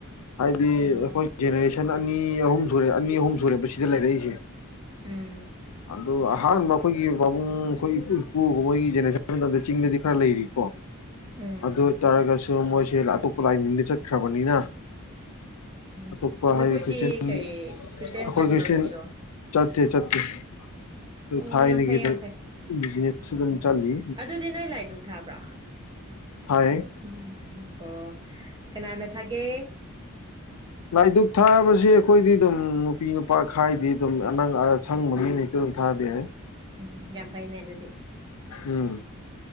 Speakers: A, on the left; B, on the right.
A: ꯍꯥꯏꯗꯤ
B: ꯑꯣ
A: ꯑꯈꯣꯏ ꯖꯦꯅꯦꯔꯦꯁꯟ ꯑꯅꯤ ꯑꯍꯨꯝ ꯁꯨꯔꯦ ꯑꯅꯤ ꯑꯍꯨꯝ ꯁꯨꯔꯦ ꯁꯤꯗ ꯂꯩꯔꯛꯏꯁꯦ
B: ꯎꯝ
A: ꯑꯗꯨ ꯑꯍꯥꯟꯕ ꯑꯩꯈꯣꯏꯒꯤ ꯕꯕꯨꯡ ꯈꯣꯏ ꯏꯄꯨ ꯏꯄꯨꯍꯣꯏꯒꯤ ꯖꯦꯅꯦꯔꯦꯁꯟ ꯃꯇꯝꯗ ꯆꯤꯡꯗꯗꯤ ꯈꯔ ꯂꯩꯔꯤꯀꯣ
B: ꯎꯝ
A: ꯑꯗꯨ ꯑꯣꯏ ꯇꯥꯔꯒꯁꯨ ꯃꯣꯏꯁꯦ ꯑꯇꯣꯞꯄ ꯂꯥꯏꯅꯤꯡꯗ ꯆꯠꯈ꯭ꯔꯕꯅꯤꯅ
B: ꯎꯝ
A: ꯑꯇꯣꯞꯄ ꯍꯥꯏꯗꯤ
B: ꯅꯈꯣꯏꯗꯤ
A: ꯈ꯭ꯔꯤꯁꯇꯦꯟ
B: ꯀꯩ ꯈ꯭ꯔꯤꯁꯇꯦꯟ
A: ꯑꯈꯣꯏ
B: ꯆꯠꯄ꯭ꯔꯣ
A: ꯈ꯭ꯔꯤꯁꯇꯦꯟ
B: ꯅꯣꯏꯁꯨ
A: ꯆꯠꯇꯦ ꯆꯠꯇꯦ ꯗꯨ
B: ꯑꯣ
A: ꯊꯥꯏꯅꯒꯤꯗ
B: ꯌꯥꯝ ꯐꯩ ꯌꯥꯝ ꯐꯩ
A: ꯕꯤꯖꯤꯅꯦꯁꯁꯨ ꯑꯗꯨꯝ
B: ꯎꯝ
A: ꯆꯠꯂꯤ
B: ꯑꯗꯨꯗꯤ ꯅꯣꯏ ꯂꯥꯏꯗꯨꯛ ꯊꯥꯕ꯭ꯔꯣ
A: ꯊꯥꯏ
B: ꯎꯝ ꯑꯣ ꯀꯅꯥꯅ ꯊꯥꯒꯦ
A: ꯂꯥꯏꯗꯨꯛ ꯊꯥꯕꯁꯤ ꯑꯩꯈꯣꯏꯗꯤ ꯑꯗꯨꯝ ꯅꯨꯄꯤ ꯅꯨꯄꯥ ꯈꯥꯏꯗꯦ ꯑꯗꯨꯝ ꯑꯅꯪ ꯑꯁꯪꯕꯃꯤꯅ ꯗꯨꯝ ꯊꯥꯕꯥ ꯌꯥꯏ
B: ꯎꯝ ꯌꯥꯝ ꯐꯩꯅꯦ ꯑꯗꯨꯗꯤ
A: ꯎꯝ